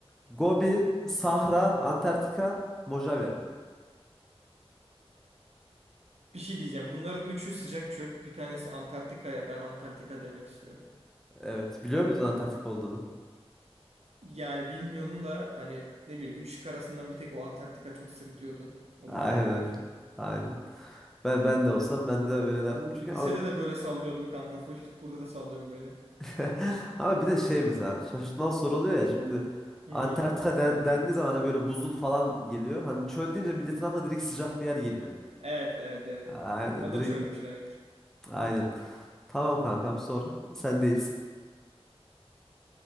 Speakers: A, in the centre; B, on the right.
A: Gobi, Sahra, Antarktika, Mojave.
B: Bir şey diyeceğim. Bunların üçü sıcak çöl. Bir tanesi Antarktika'ya. Ben Antarktika demek istiyorum.
A: Evet biliyor muydun Antarktika olduğunu?
B: Yani bilmiyordum da hani ne bileyim üç şık arasından bir tek o Antarktika çok sırıtıyordu. Odur
A: Aynen.
B: cevap diye düşündüm.
A: Aynen. Ben ben de olsam ben de öyle derdim çünkü
B: Lisede
A: ama
B: de böyle sallıyordum kanka full. Burada da sallıyorum böyle.
A: <laughs> Ama bir de şey mesela şaşırtmalı soru oluyor ya şimdi
B: Hmm.
A: Antarktika den- dendiği zaman hani böyle buzul falan geliyor. Hani çöl deyince milletin aklına direkt sıcak bir yer geliyor.
B: Evet, evet, evet.
A: Aynen
B: O
A: direkt
B: da çölmüş demek.
A: aynen. Tamam kankam sor. Sendeyiz.